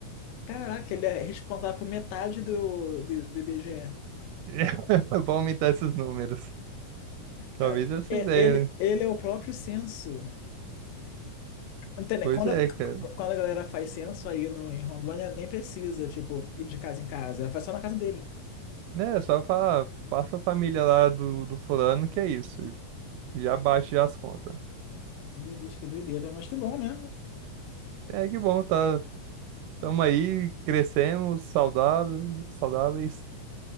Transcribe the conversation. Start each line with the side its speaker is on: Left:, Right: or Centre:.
Left: Caraca, ele é responsável por metade do, do, do IBGE.
Right: <laughs> Vou aumentar esses números. Talvez
Left: Ca-
Right: essa
Left: é-
Right: ideia,
Left: Ele,
Right: né?
Left: ele é o próprio censo. Entende?
Right: Pois
Left: Quando,
Right: é, cara.
Left: quando a galera faz censo aí no, em Rondônia, nem precisa, tipo, ir de casa em casa. Faz só na casa dele.
Right: Né, só falar, passa a família lá do, do fulano, que é isso. Já baixa já as contas.
Left: Meu Deus, que doideira, mas que bom, né?
Right: É que bom, tá, tamo aí, crescemos, saudável, saudáveis.